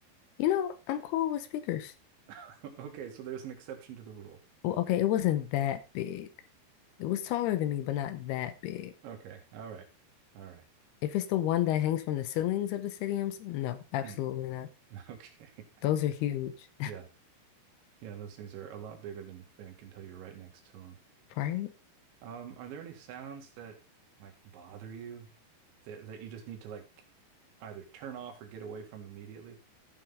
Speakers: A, on the left (about 75°); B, on the right (about 85°).
A: you know, I'm cool with speakers.
B: <laughs> okay, so there's an exception to the rule.
A: Well, okay, it wasn't that big. It was taller than me, but not that big.
B: Okay, all right, all right.
A: If it's the one that hangs from the ceilings of the stadiums, no, absolutely
B: Mm,
A: not.
B: <laughs> okay,
A: Those are huge,
B: yeah. Yeah, those things are a lot bigger than you think until you're right next to them.
A: <laughs> right?
B: Um, are there any sounds that like bother you that that you just need to like either turn off or get away from immediately?